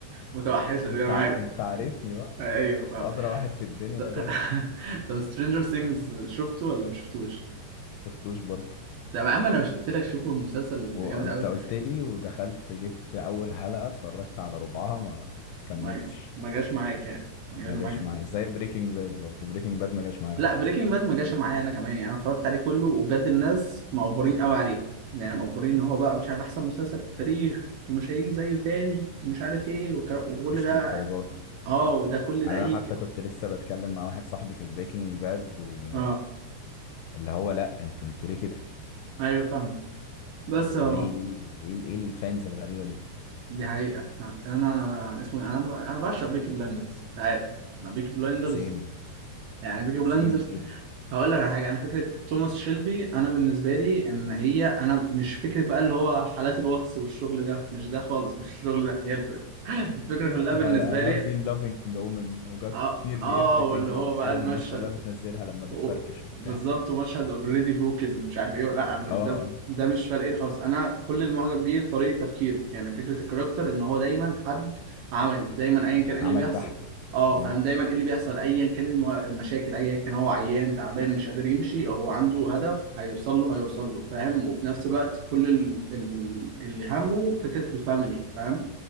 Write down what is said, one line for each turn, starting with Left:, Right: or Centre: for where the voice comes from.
Right: المتوحشه
Left: انت
Right: دي انا
Left: ع-
Right: عارف
Left: انت عارفني بقى
Right: ايوه
Left: أنت
Right: فاهم
Left: ادرى واحد في الدنيا
Right: <laughs>
Left: بيا يعني
Right: طب سترينجر ثينجز شفته ولا ما شفتوش؟
Left: شفتوش برضه
Right: طب يا عم انا مش قلت لك شوفوا المسلسل
Left: وانت
Right: جامد قوي
Left: قلت لي ودخلت جبت اول حلقه اتفرجت على ربعها ما كملتش
Right: ما ما جاش معاك يعني ما جاش
Left: ما
Right: معاك
Left: جاش معايا زي بريكنج باد برضه بريكنج باد ما جاش معايا
Right: لا
Left: خالص
Right: بريكنج باد ما جاش معايا انا كمان يعني انا اتفرجت عليه كله وبجد الناس مقفورين قوي عليه يعني مقفورين ان هو بقى مش عارف احسن مسلسل في التاريخ ومش هيجي زيه تاني ومش عارف ايه والكلام- وكل
Left: مش
Right: ده
Left: للدرجه دي
Right: اه وده كل
Left: يعني
Right: ده يجي
Left: انا حتى كنت لسه بتكلم مع واحد صاحبي في بريكنج باد واللي
Right: اه
Left: هو لا انتوا انتوا ليه كده
Right: ايوه فاهم بس
Left: انتوا
Right: اه
Left: ليه ليه ليه ايه الفانز الغريبة دي
Right: دي حقيقة آه، انا اسمه إيه؟ انا ب- انا بعشق بيكي بلايندرز انت عارف انا بيكي بلايندرز
Left: سيم
Right: يعني بيكي بلايندرز
Left: سيم جدا
Right: هقول لك على حاجه انا فكره توماس شيلبي انا بالنسبه لي ان هي انا مش فكره بقى اللي هو حالات الواتس والشغل ده مش ده خالص مش الشغل ده هي الفكره <laughs> الفكره
Left: آه،
Right: كلها بالنسبه لي
Left: I, I have been loving a woman who got
Right: اه
Left: nearly
Right: اه
Left: everything
Right: واللي هو
Left: والحالة
Right: بقى المشهد
Left: اللي الناس كلها بتنزلها لما بتفركش
Right: و-
Left: وبتاع
Right: بالظبط ومشهد اوريدي بروكن ومش عارف ايه لا انا مش
Left: اه
Right: ده
Left: اه
Right: ده مش فارق لي خالص انا كل اللي معجب بيه طريقه تفكيره يعني فكره الكاركتر ان هو دايما حد عملي دايما ايا كان ايه
Left: عملي
Right: اللي بيحصل
Left: بحت
Right: اه
Left: مم.
Right: فاهم دايما ايه اللي بيحصل ايا كان الم- المشاكل ايا كان هو عيان تعبان مش قادر يمشي هو عنده هدف هيوصل له هيوصل له فاهم وفي نفس الوقت كل ال- ال- اللي همه فكره الفاميلي فاهم